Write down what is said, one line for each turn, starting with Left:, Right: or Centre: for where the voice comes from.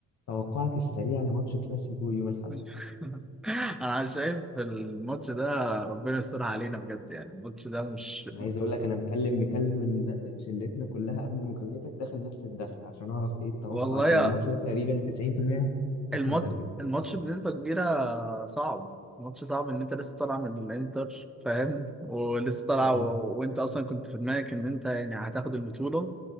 Left: توقعك السريع لماتش كلاسيكو يوم الاحد
Centre: <laughs> انا شايف الماتش ده ربنا يسترها علينا بجد يعني الماتش ده مش
Left: انا عايز اقول لك انا مكلم مكلم الن- شلتنا كلها قبل مكالمتك داخل نفس الدخل عشان اعرف ايه التوقع
Centre: والله
Left: عشان
Centre: يا
Left: الماتش ده تقريبا 90% حسم
Centre: الماتش
Left: الدوري
Centre: الماتش بنسبة كبيرة صعب الماتش صعب ان انت لسه طالع من الانتر فاهم ولسه طالع
Left: اه
Centre: و... وانت اصلا كنت في دماغك ان انت يعني هتاخد البطولة